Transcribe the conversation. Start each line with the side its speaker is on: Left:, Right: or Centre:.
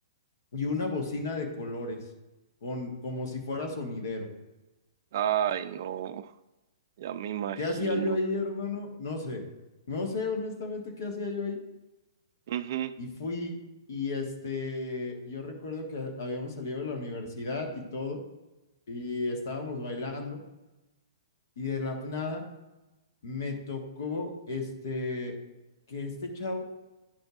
Left: y una bocina de colores, con, como si fuera sonidero.
Right: Ay, no. Ya me imagino.
Left: ¿Qué hacía yo ahí, hermano? No sé. No sé honestamente qué hacía yo ahí.
Right: Ujú,
Left: Y fui y este, yo recuerdo que habíamos salido de la universidad y todo y estábamos bailando y de la nada me tocó este, que este chavo